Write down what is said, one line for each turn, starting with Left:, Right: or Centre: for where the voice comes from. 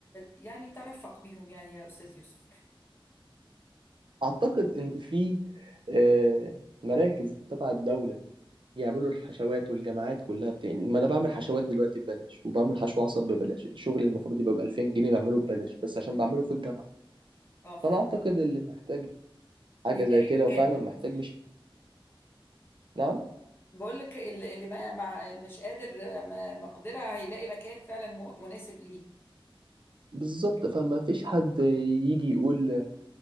Left: يعني ترفق بيهم يعني يا استاذ يوسف
Right: اعتقد ان في آه، مراكز تبع الدوله يعملوا الحشوات والجامعات كلها بت... ما انا بعمل حشوات
Left: مم.
Right: دلوقتي ببلاش وبعمل حشو عصب ببلاش الشغل اللي المفروض يبقى ب 2000 جنيه بعمله ببلاش بس عشان
Left: مم.
Right: بعمله في الجامعه
Left: اه فهمت
Right: فانا اعتقد اللي محتاج
Left: بيلاقي
Right: حاجه زي كده
Left: مكان
Right: وفعلا
Left: يعني
Right: محتاج
Left: صح
Right: مش نعم
Left: بقول لك اللي اللي ما مع مش قادر ما مقدرة هيلاقي مكان فعلا م- مناسب ليه
Right: بالظبط فما فيش حد يجي يقول